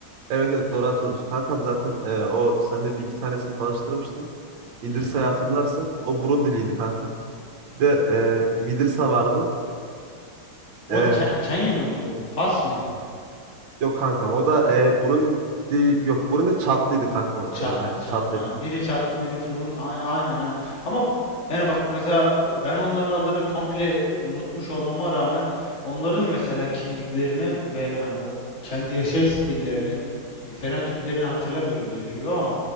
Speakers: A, on the right; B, on the left.
A: Evet evet doğru atıyoruz. Kankam zaten e, o sen de bir iki tanesini tanıştırmıştım. İdrisa'yı
B: Hı hı.
A: hatırlarsın. O Burundiliydi kankam. Bir de e, Midrisa vardı.
B: O
A: E,
B: Ke- Kenya mıydı o? Fas mıydı?
A: yok kankam o da e, Burundi yok Burundi Çatlıydı kankam o
B: Çattı
A: da. Evet aynen
B: çattı.
A: Çatlıydı.
B: Aynen. Biri çattı biri fırın. Ay- Aynen aynen. Ama yani bak mesela ben onların adını komple e, unutmuş olmama rağmen onların mesela kimliklerini ve hani o kendi yaşayış stillerini, e, fenotiplerini hatırlamıyorum dediğim gibi ama